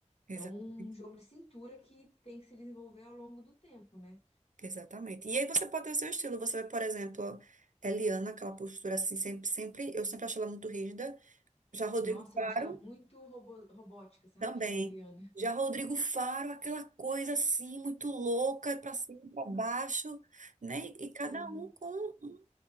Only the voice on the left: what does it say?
É um jogo de cintura que tem que se desenvolver ao longo do tempo, né?
Nossa,
eu acho ela muito robo- robótica, sabe?
<laughs> A Eliana.
Sim,